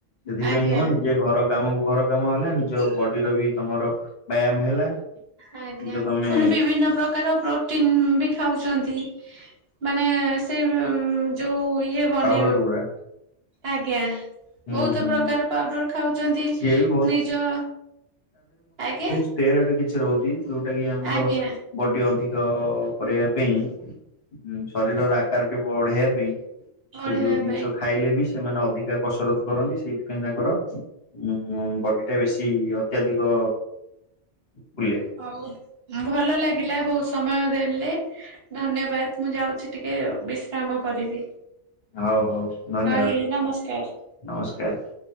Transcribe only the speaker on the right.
ଆଜ୍ଞା
ଆଜ୍ଞା
ଫୁଣି ବିଭିନ୍ନ ପ୍ରକାର ପ୍ରୋଟିନ ବି ଖାଉଚନ୍ତି। ମାନେ ସେଇ ଯୋଉ ଇଏ ବନେଇ
ଆଜ୍ଞା।
ବହୁତୁ
ପ୍ରକାର ପାଉଡ଼ର ଖାଉଚନ୍ତି
ନିଜ ଆଜ୍ଞା
ଆଜ୍ଞା
ବଢେଇବା
ପାଇଁ
ହଉ ଉଁ ଭଲ ଲାଗିଲା ବହୁତ ସମୟ ଦେଲେ। ଧନ୍ୟବାଦ ମୁଁ ଯାଉଚି ଟିକେ ବିଶ୍ରାମ କରିବି।
ରହିଲି ନମସ୍କାର।